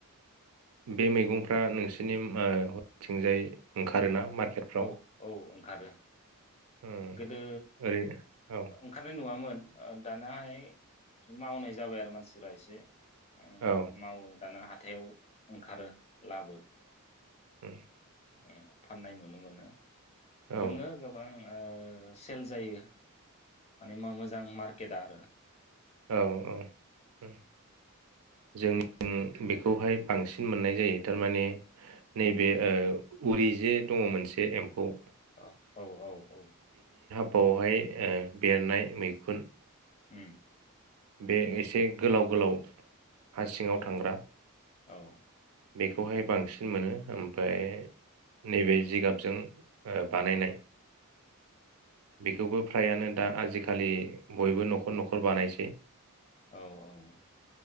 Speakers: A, on the right; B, on the left.
A: बे मैगंफ्रा नोंसोरनि हरैथिंजाय ओंखारोना? मार्केटफ्राव?
B: औ औ ओंखारो
A: उम
B: गोदो
A: ओरै औ
B: ओंखारनाय नुआमोन। ओ दानाहाय मावनाय जाबाय आरो मानसिफोरा एसे। ओं
A: औ
B: मावो दाना हा हाथायाव ओंखारो। लाबो
A: औ।
B: ओ फाननाय नुनो मोनो।
A: औ
B: दोङो गोबां। ओ सेल जायो माने मा मोजां मार्क केदार
A: औ औ उम जों जों बेखौहाय बांसिन मोननाय जायो थारमाने नैबे
B: औ
A: ओ उरि जे दङ मोनसे एम्फौ
B: औ औ औ औ
A: बावहाय ओ बेरनाय मैखुन
B: उम
A: बे एसे गोलाव गोलाव हा सिङाव
B: औ
A: थांग्रा
B: औ
A: बेखौहाय बांसिन मोनो ओमफ्राय नैबे जिगाबजों बानायनाय बेखौबो फ्रायानो दा आजिखालि बयबो नखर नखर बानायसै।
B: औ औ